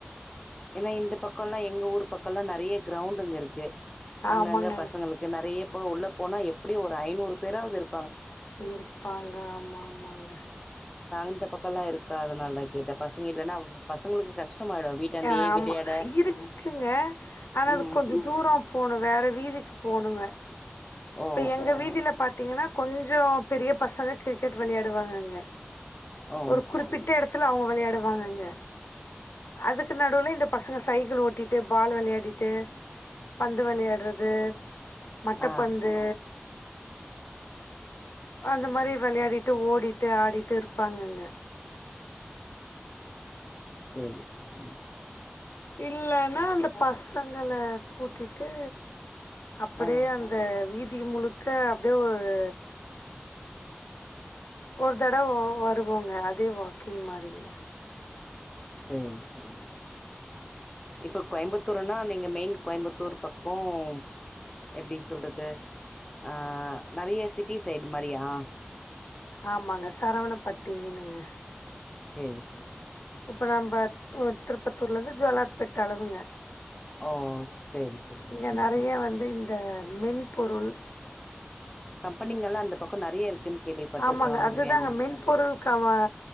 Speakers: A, on the left; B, on the left.
A: ஏனா இந்த பக்கம்லா எங்க ஊர் பக்கம்லா நறைய கிரௌண்டுங்க இருக்கு அங்கங்க
B: ஆமாங்க
A: பசங்களுக்கு நறைய இப்ப உள்ள போனா எப்படி ஒரு ஐநூறு பேராது இரு
B: இருப்பாங்க ஆமா ஆமாங்க
A: இந்த பக்கம்லாம் இருக்கா அதனால தா கேட்டன் பசங்க இல்லன்னா பசங்களுக்கு கஷ்டமாயிடும் வீட்டாண்டையே
B: எ ஆமா
A: விளையாட
B: இருக்குங்க ஆனா
A: ம்
B: அது கொஞ்சோ தூரோ போணும் வேற வீதிக் போனுங்க
A: ஓ
B: இப்ப எங்க வீதியில பா த்தீங்கன்னா கொஞ்சோ பெரிய பசங்க கிரிக்கெட் விளையாடுவாங்கங்க
A: ஓ
B: ஒரு குறிப்பிட்ட எடத் துல அவுங்க விளையாடுவாங்கங்க அதுக்கு நடுவுல் இந்த பசங்க சைக்கிள் ஓட்டிட்டு பால் விளையாடிட்டு பந்து விளையாடுறது மட்டப்பந்
A: ஆ
B: து அந்த மாரி விளையாடிட்டு ஓடிட்டு ஆடிட்டு இருப்பாங்கங்க
A: செரி செரி
B: இல்லன்னா அந்த பசங்கள கூட்டிட்டு அப்படியே
A: ஆ
B: அந்த வீதி தி முழுக்க அப்டியே ஒரு ஒரு தடவ வருவோங்க அதே வாக்கிங் மாறிங்க
A: செரி செரி இப்ப கோயம்புத்தூர்ன்னா நீங்க மெயின் கோயம்புத்தூர் பக்கொம் எப்டி சொல்றது ஆ நெறைய சிட்டி சைடு மாரியா
B: ஆமாங்க சரவணப்பட்டினுங்க
A: சரி சரி
B: இப்போ நம்ப ஒ திருப்பத்தூர்லேருந்து ஜோலார்பெட் அளவுங்க
A: ஓ சரி சரிங்க
B: இங்க நெறைய வந்து இந்த மென்பொருள்
A: கம்பெனிங்கெல்லாம் அந்த பக்கம் நிறைய இருக்குன்னு கேள்விப்பட்டிருக்கேன்
B: ஆமாங்க
A: உண்மையாங்க
B: அதுதாங்க மென்பொருள் க வ